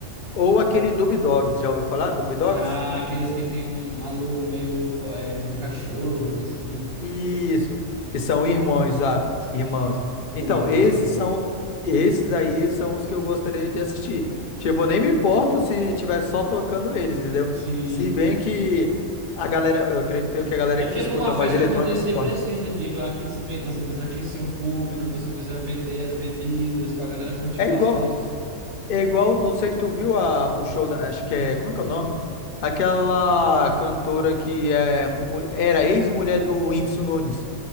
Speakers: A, on the left (about 55°); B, on the right (about 65°).
A: ou aquele Dub Dogs, já ouviu falar? Dub Dogs?
B: Já aqueles que tem um- uma logo meio pô, é, do cachorro, né? Assim,
A: Isso, que são irmãos, ah,
B: sim,
A: irmãos.
B: do
A: Então,
B: lobo,
A: esses
B: sei lá.
A: são, esses aí são os que eu gostaria de assistir. Tipo, eu nem me importo se tiver só tocando eles, entendeu?
B: Sim.
A: Se bem que a galera, eu acredito que a galera
B: É porque
A: que escuta
B: para uma festa
A: mais eletrônica
B: acontecer
A: se importa.
B: precisa de aquecimento, você precisa aquecer o público, você precisa vender as bebidas pra galera curtir
A: É
B: bastante,
A: igual,
B: assim.
A: é igual, não sei se tu viu a, o show da, acho que é, como é que é o nome? Aquela cantora que é, mu- era ex-mulher do Whindersson Nunes.